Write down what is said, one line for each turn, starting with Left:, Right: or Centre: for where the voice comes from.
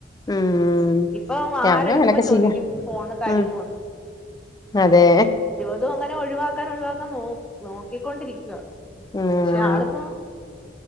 Left: ഉം
Centre: ഇപ്പൊ ആഹാരെട്ക്കുമ്പോ
Left: ഞാനും അങ്ങനൊക്കെ
Centre: ചോദിക്കും
Left: ചെയ്യാ
Centre: ഫോണ് തരോന്ന്.
Left: ഉം അതെ.
Centre: അതും അങ്ങനെ ഒഴിവാക്കാൻ ഒഴിവാക്കാൻ നോ നോക്കിക്കൊണ്ടിരിക്കുവ.
Left: ഉം
Centre: ക്ഷേ ആള്പ്പം